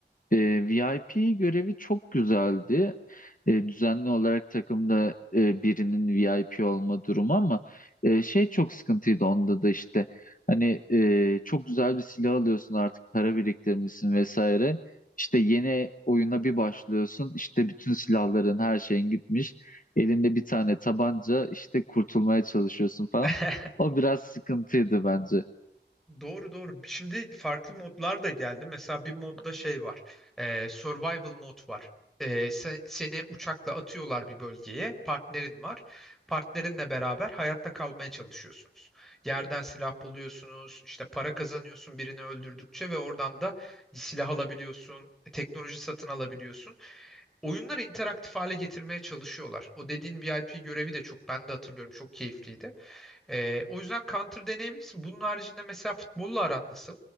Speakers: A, on the left; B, in the centre.
A: E, VIP görevi çok güzeldi. E, düzenli olarak takımda e, birinin VIP olma durumu ama e, şey çok sıkıntıydı onda da işte. Hani e, çok güzel bir silah alıyorsun artık para biriktirmişsin vesaire. İşte yeni oyuna bir başlıyorsun işte bütün silahların her şeyin gitmiş. Elinde bir tane tabanca işte kurtulmaya çalışıyorsun falan.
B: <laughs>
A: O biraz sıkıntıydı bence.
B: Doğru doğru. Şimdi farklı modlar da geldi. Mesela bir modda şey var. Ee, survival mod var. Ee, se- seni uçakla atıyorlar bir bölgeye. Partnerin var. Partnerinle beraber hayatta kalmaya çalışıyorsunuz. Yerden silah buluyorsunuz. işte para kazanıyorsun birini öldürdükçe ve oradan da silah alabiliyorsun. e, Teknoloji satın alabiliyorsun. Oyunları interaktif hale getirmeye çalışıyorlar. O dediğin VIP görevi de çok ben de hatırlıyorum çok keyifliydi. Ee, o yüzden counter deneyebilirsin. Bunun haricinde mesela futbolla aran nasıl?